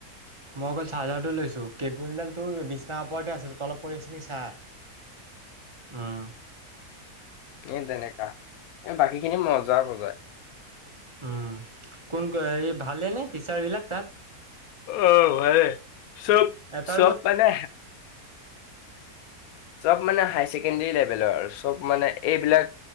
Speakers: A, on the right (about 20°); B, on the left (about 70°).
A: মই অকল চাৰ্জাৰটো লৈছো কেবুলডালটোৰ বিছনা ওপৰতে আছিল তলত পৰি আছে নেকি চা।
B: <inaudible>
A: উম।
B: এ তেনেকা। এ বাকীখিনি মজা বুজায়।
A: উম, কোন এই ভালে নে টিচাৰবিলাক তাত?
B: অ', ভালেই চব
A: এটা
B: চব
A: ৰুমত
B: মানে চব মানে হায় ছেকেণ্ডৰী লেভেলৰ আৰু চব মানে এইবিলাক